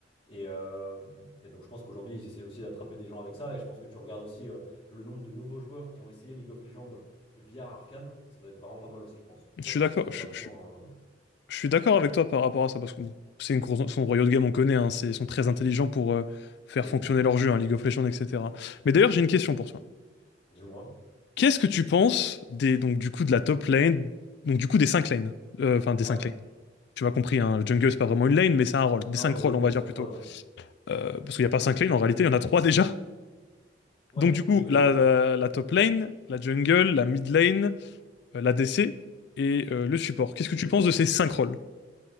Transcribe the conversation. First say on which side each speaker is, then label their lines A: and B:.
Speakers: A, on the left; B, on the left.
A: Et, euh, et donc je pense qu'aujourd'hui, ils essaient aussi d'attraper des gens avec ça. Et je pense que tu regardes aussi euh, le nombre de nouveaux joueurs qui ont essayé League of Legends via Arcane. Ça doit être vraiment pas mal aussi, je pense. Tu
B: Je
A: vois,
B: suis
A: je
B: d'accord,
A: pense qu'ils
B: je,
A: ont vachement...
B: je-
A: euh,
B: je suis d'accord avec toi par rapport à ça, parce que bon, c'est une grosse, son Riot Games, on connaît, hein, c'est, ils sont très intelligents pour euh, faire
A: Oui,
B: fonctionner leur jeu, hein, League of Legends, etc. Mais d'ailleurs, j'ai une question pour toi.
A: dis-moi.
B: Qu'est-ce que tu penses des, donc, du coup, de la top lane, donc du coup des 5 lanes, Euh, enfin des
A: Ouais.
B: 5 lanes, tu m'as compris, hein, le jungle, c'est pas vraiment une lane, mais c'est un rôle, des
A: Non,
B: 5
A: mais
B: rôles,
A: oui,
B: on
A: des
B: va dire
A: synchroles,
B: plutôt.
A: ouais.
B: Euh, parce qu'il n'y a pas 5 lanes, en réalité, il y en a 3 déjà.
A: Ouais,
B: Donc du coup,
A: oui, oui,
B: la,
A: bah oui,
B: la, la top lane, la jungle, la mid lane, euh, la DC et euh, le support. Qu'est-ce
A: le
B: que
A: support.
B: tu penses de ces 5 rôles?